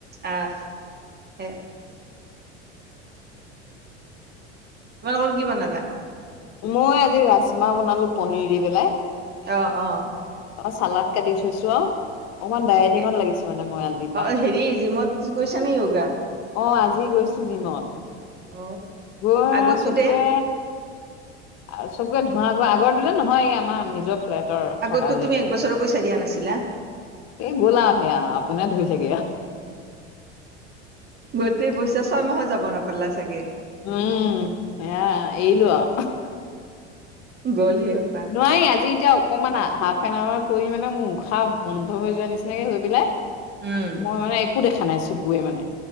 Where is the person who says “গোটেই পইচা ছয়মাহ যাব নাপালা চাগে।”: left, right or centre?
Right